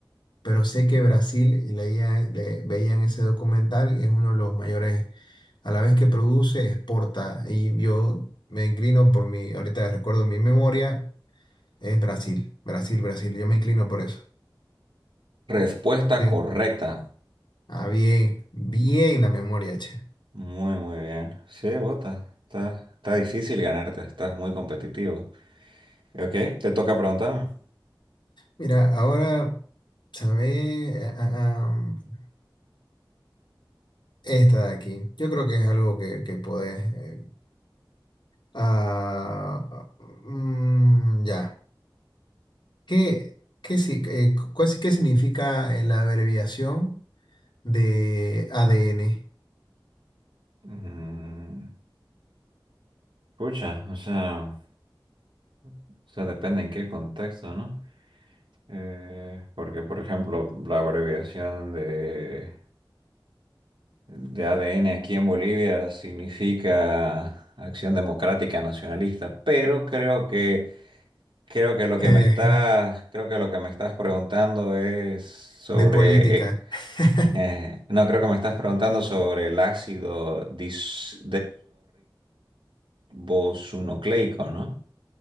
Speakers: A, on the left (about 70°); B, on the right (about 85°).
A: pero sé que Brasil, y leía, le- veía en ese documental, es uno de los mayores, a la vez que produce, exporta. Y yo me inclino por mi, ahorita recuerdo mi memoria, es Brasil, Brasil, Brasil. Yo me inclino por eso.
B: Respuesta
A: Sí.
B: correcta.
A: Ah, bien, bien la memoria, che.
B: Muy, muy bien. Sí, bota. Está, está difícil ganarte, estás muy competitivo. Ok, te toca preguntarme.
A: Mira, ahora, ¿sabes? Ah, ah, ah, esta de aquí. Yo creo que es algo que, que podés... eh, ah, ah, mm, ya. ¿Qué, qué, si- eh, cu- cuál- si, qué significa eh, la abreviación de ADN?
B: Mm, pucha, o sea, o sea, depende en qué contexto, ¿no? Eh, porque, por ejemplo, la abreviación de, de ADN aquí en Bolivia significa Acción Democrática Nacionalista, pero creo que, creo que lo que
A: Eh,
B: me estás, creo que lo que me estás preguntando es sobre,
A: de política.
B: eh,
A: <laughs>
B: eh, no, creo que me estás preguntando sobre el ácido dis- desorribonucleico, ¿no?